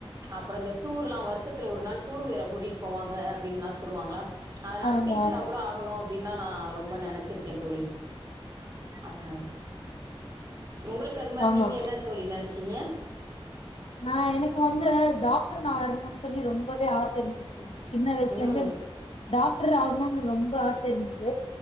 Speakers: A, on the right; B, on the left.
A: அப்றோ இந்த டூர்லா வருஷத்துல ஒரு நாள் டூர் வேற கூட்டிட் போவாங்க அப்டின்லா சொல்லுவாங்களா அதனால்
B: ஆமா
A: டீச்சரா
B: ஆமா
A: கூட ஆகனு அ ப்டின்னா நா ரொம்ப நெனச்சிருக்கே தோழி ஆ ஆ உங்களுக் அது மாரி
B: ஆமா
A: நீங்க என்னென் தோழி நெனச்சீங்க?
B: நா எனக்கு வந்து டாக்டர் நா ஆயிர்னுன் சொல்லி ரொம்பவே ஆச இருந்துச்சு சின்ன வயசுலந்தே
A: ம்
B: இருக்கு டாக் டர் ஆகனுன்னு ரொம்ப ஆச இருந்தது